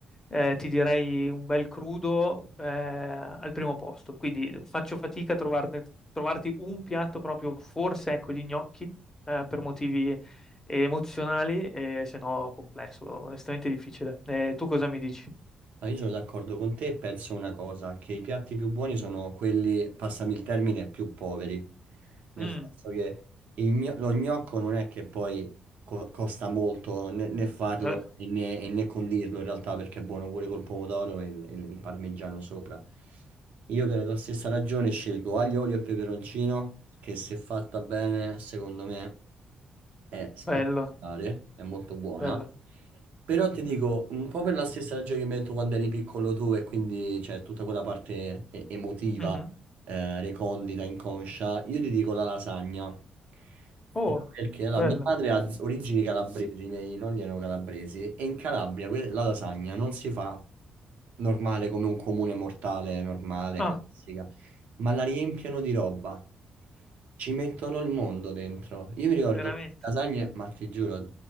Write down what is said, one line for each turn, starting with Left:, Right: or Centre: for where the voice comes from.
Left: eh, ti direi un bel crudo eh, al primo posto. Quindi faccio fatica a trovarne- trovarti un piatto proprio, forse ecco gli gnocchi, eh, per motivi emozionali, eh, se no complesso, onestamente difficile. Eh, tu cosa mi dici?
Right: Ah, io sono d'accordo con te, penso una cosa, che i piatti più buoni sono quelli, passami il termine, più poveri, nel
Left: Mm,
Right: senso che il gno- lo gnocco non è che poi co- costa molto né, né farlo
Left: be-
Right: e né, e né condirlo in realtà perché è buono pure col pomodoro e il, e il- il parmigiano sopra. Io per la stessa ragione scelgo aglio, olio e peperoncino, che se fatta bene, secondo me è spettacolare,
Left: bello,
Right: è molto buona.
Left: bello.
Right: Però ti dico, un po' per la stessa ragione che mi hai detto quando eri piccolo tu e quindi c'è tutta quella parte e- emotiva,
Left: Mhm.
Right: eh, recondita, inconscia, io ti dico la lasagna.
Left: Oh,
Right: No, Perché allora,
Left: bella.
Right: mia madre ha origini calabresi, i miei nonni erano calabresi e in Calabria que- la lasagna non si fa normale come un comune mortale normale,
Left: Ah,
Right: classica, ma la riempiono di roba. Ci mettono il mondo dentro. Io mi ricordo
Left: veramente.
Right: queste lasagne, ma ti giuro,